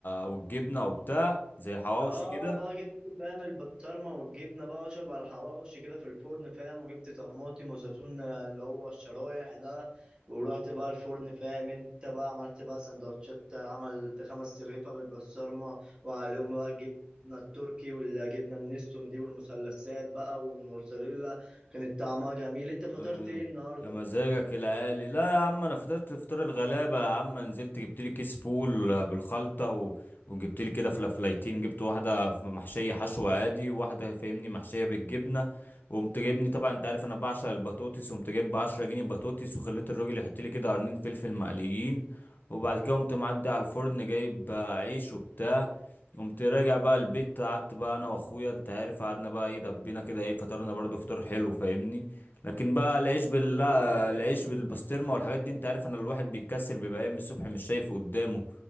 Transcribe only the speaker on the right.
اه
بقى جبت فاهم البسطرمه والجبنه بقى اشرب على الحواوشي كده في الفرن فاهم وجبت طماطم وزيتون آه، اللي هو الشرايح ده ورحت بقى الفرن فاهم انت بقى عملت بقى سندوتشات آه، عملت خمس رغيفه بالبسطرمه وعليهم بقى الجبنه التركي والجبنه النستون دي والمثلثات بقى والموزاريلا كانت طعمها جميل انت فطرت
ايه النهارده؟
طبعا
حلو